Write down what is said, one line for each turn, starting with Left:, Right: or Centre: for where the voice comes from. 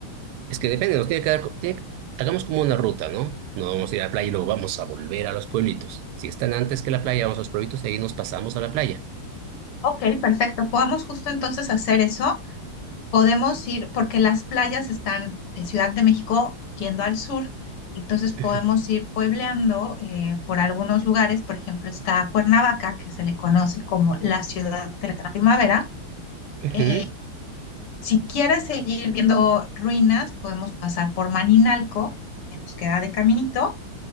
Right: Es que depende, nos tiene que dar, tiene que- hagamos como una ruta, ¿no? No vamos a ir a la playa y luego vamos a volver a los pueblitos. Si están antes que la playa, vamos a los pueblitos y ahí nos pasamos a la playa.
Left: Ok, perfecto. Podemos justo entonces hacer eso. Podemos ir, porque las playas están de Ciudad de México yendo al sur, entonces podemos
Right: Ujú,
Left: ir puebleando eh, por algunos lugares. Por ejemplo, está Cuernavaca, que se le conoce como la ciudad de la primavera.
Right: ujú,
Left: eh, Si quieres seguir viendo ruinas, podemos pasar por Maninalco, que nos queda de caminito.